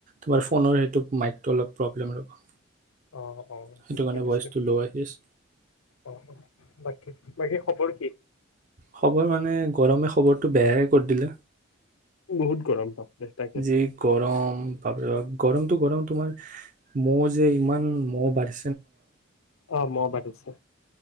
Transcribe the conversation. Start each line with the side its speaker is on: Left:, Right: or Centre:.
Right: তোমাৰ ফোনৰ সেইটো মাইকটো অলপ প্ৰব্লেম ৰ'ব।
Left: অ', অ
Right: সেইটো
Left: ঠিকে
Right: কাৰণে
Left: আছে
Right: ভইচটো ল' আহি আছে
Left: অ অ বাকী বাকী খবৰ কি।
Right: খবৰ মানে গৰমে খবৰটো বেয়াই কৰি দিলে
Left: বহুত গৰম বাপৰে তাকেতো
Right: যি গৰম বাপ ৰে বাপ গৰমটো গৰম। তোমাৰ মহ যে ইমান মহ বাঢ়ি
Left: অ মহ বাঢ়িছে